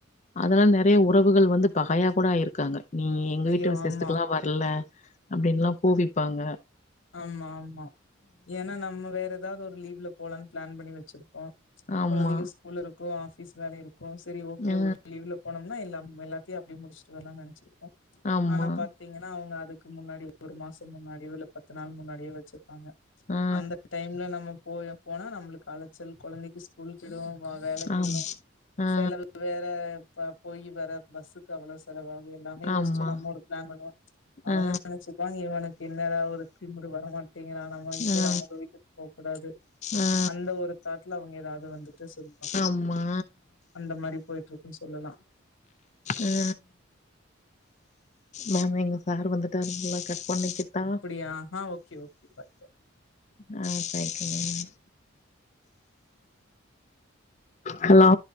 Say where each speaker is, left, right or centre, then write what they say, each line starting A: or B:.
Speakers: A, on the left (about 35°); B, on the left (about 70°).
A: அதனால் நெறய உறவுகள் வந்து பகயா கூட ஆயிருக்காங்க நீ எங்க
B: ஐயோ
A: வீட்டு விசேஷத்துக்கலா
B: ஆமா.
A: வரல அப்படின்னுலா கூவிப்பாங்க
B: ஆமா - ஆமா ஏனா நம்ம வேற ஏதாவது ஒரு லீவ்ல போலான்னு பிளான் பண்ணி வச்சிருப் போ
A: ஆமா
B: குழந்தங்க ஸ்கூல் இருக்கு ஆபிஸ் வேல இருக்கும் சரி ஓகே
A: அ
B: ஒரு லீவ்ல போனோம்னா எல்லா ம் எல்லாத்தையு அப்டி முடிச்சுட்டு வரலான் நனச்சிருக்கோ
A: ஆமா
B: ஆனா பாத்தீங்கனா அவங்க முன்னாடி ஒரு மாசோ முன்னாடியோ இல்ல பத்து நாள் முன்னாடியோ வச்சிருப்பாங்க
A: அ
B: அந்த டைம்ல நம்ம போய போனா நம்மளுக்கு அலச்சல் கொழந்தைக்கு ஸ்கூல் கெடு வ வேலைக்குல்லா
A: ஆம் அ
B: செலவு வேற ப போயி வர பஸ்ஸுக்கு அவ்ளோ செலவா எல்லாமே யோஸ்ச்சு
A: ஆமா
B: நம்ம ஒரு ப்ளன் பண்ணுவோ அவங்க
A: அ
B: நனச்சுப்பாங்க இவனுக்கு என்னடா ஒரு திமுரு வர மாட்டீங்கிறா நம்ம இனிமேல்
A: அ
B: அவங்க வீட்டுக்கு போ கூடாது
A: அ
B: அந்த ஒரு தாட்டுல அவங்க ஏதாவது வந்துட்டு சொல்லுவா
A: ஆமா
B: அந்த மாரி போய்ட்ருக்குன் சொல்லலா
A: அ மேம் எங்க சாரு வந்துட்டாரு போல கட் பண்ணிக்கிட்டா
B: அப்படியா அ ஓகே ஓகே பாய் பாய்
A: அ தேங்க் யூ மேம் ஹலோ